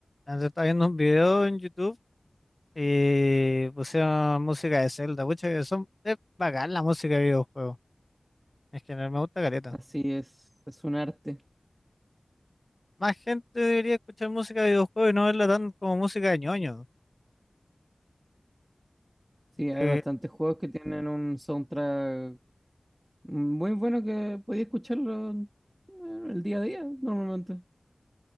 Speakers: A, on the left; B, on the right.
A: Antes estaba viendo un video en YouTube y pusieron música de Zelda. Pucha, que son, es bacán la música de videojuegos. En general me gusta careta.
B: Así es, es un arte.
A: Más gente debería escuchar música de videojuegos y no verla tan como música de ñoño.
B: Sí, hay
A: Que
B: bastantes juegos que tienen un soundtrack muy bueno que podía escucharlo en- el día a día normalmente.